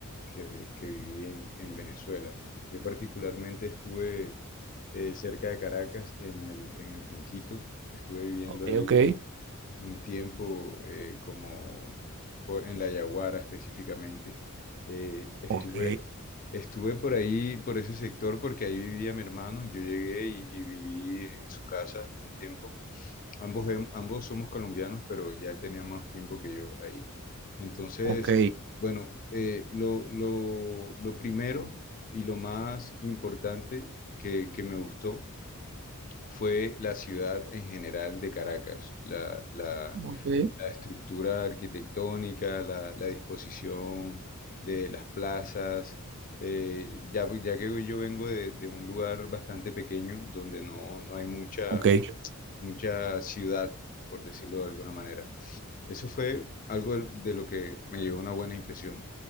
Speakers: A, on the left; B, on the right.
A: que- que viví en, en Venezuela. Yo particularmente estuve eh, cerca de Caracas, en el, en el Junquito, estuve viviendo
B: Ok,
A: ahí
B: ok,
A: un tiempo eh, como por- en la Yaguara específicamente. Eh, estuve,
B: Ok,
A: estuve por ahí, por ese sector, porque ahí vivía mi hermano. Yo llegué y, y viví en su casa un tiempo. Ambos, em- ambos somos colombianos, pero ya tenía más tiempo que yo ahí. Entonces,
B: ok,
A: bueno, eh, lo, lo, lo primero y lo más importante que, que me gustó fue la ciudad en general de Caracas, la, la,
B: ok.
A: la estructura arquitectónica, la, la disposición de las plazas. eh, ya, ya que yo vengo de, de un lugar bastante pequeño donde no, no hay mucha,
B: ok.
A: mucha ciudad, por decirlo de alguna manera. Eso fue algo de lo que me llevó una buena impresión.